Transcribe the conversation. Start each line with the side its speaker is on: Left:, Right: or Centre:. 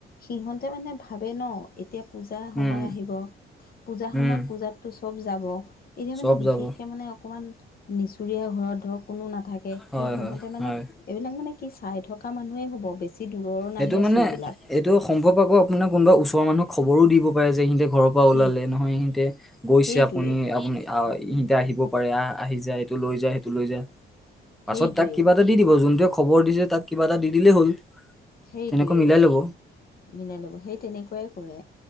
Left: সিহঁতে মানে ভাবে ন' এতিয়া পূজা
Centre: উম
Left: সময় আহিব, পূজাৰ
Centre: উম
Left: সময়ত পূজাততো চব যাব। এতিয়া
Centre: চব
Left: মানে বিশেষকৈ
Centre: যাব
Left: মানে অকণমান নিচুৰীয়া ঘৰত ধৰক কোনো নাথাকে
Centre: হয়
Left: সেই সিহঁতে
Centre: হয়
Left: মানে
Centre: হয়
Left: এইবিলাক মানে কি চাই থকা মানুহেই হ'ব বেছি। দূৰৰ নাহে
Centre: সেইটো মানে
Left: চোৰবিলাক
Centre: এইটো সম্ভৱ আকৌ আপোনাৰ কোনোবা ওচৰৰ মানুহক খবৰো দিব পাৰে যে সিহঁতে ঘৰৰ পৰা
Left: সেই
Centre: ওলালে নহয় সিহঁতে গৈছে
Left: সেইটোৱেই
Centre: আপুনি আপুনি আহ ইহতে আহিব পাৰে আহ আহি যায় এইটো লৈ যায় সেইটো লৈ যায়
Left: সেইটোৱেই
Centre: পাছত তাক কিবা এটা দি দিব যোনটোৱে খবৰ দিছে তাক কিবা এটা দি দিলেই হ'ল।
Left: সেইটোৱেই
Centre: তেনেকৈ মিলাই ল'ব
Left: মিলাই লব সেই তেনেকুৱাই কৰে।